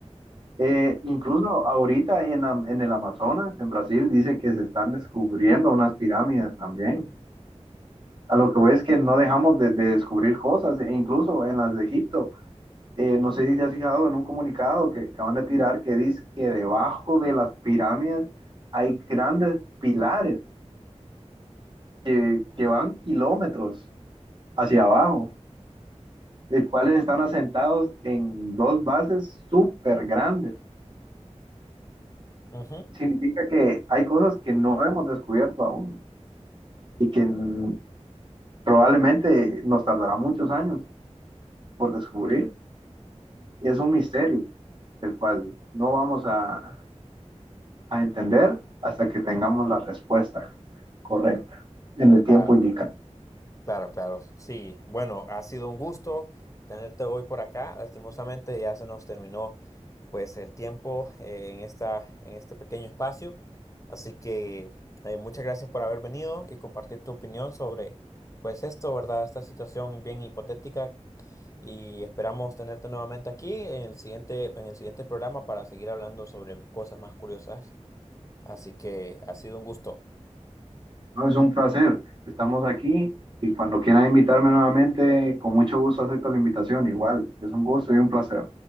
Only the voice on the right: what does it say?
Eh, incluso ahorita en, Am- en el Amazonas, en Brasil, dice que se están descubriendo unas pirámides también. A lo que voy es que no dejamos de, de descubrir cosas, e incluso en las de Egipto. Eh, no sé si te has fijado en un comunicado que acaban de tirar que dice que debajo de las pirámides hay grandes pilares que, que van kilómetros hacia abajo, los cuales están asentados en dos bases súper grandes.
Significa que hay cosas que no hemos descubierto aún. y que mm, probablemente nos tardará muchos años por descubrir. Es un misterio, el cual no vamos a, a entender hasta que tengamos la respuesta correcta en el tiempo
indicado.
No, es un placer. Estamos aquí y cuando quieran invitarme nuevamente, con mucho gusto acepto la invitación. Igual, es un gusto y un placer.